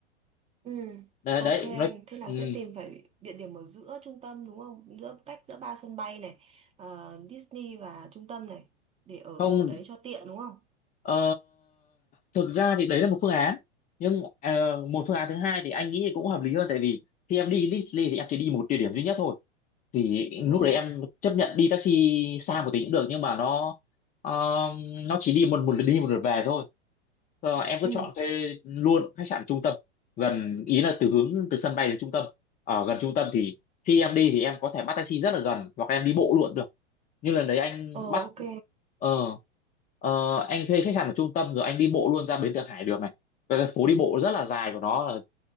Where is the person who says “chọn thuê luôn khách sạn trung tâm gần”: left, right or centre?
Left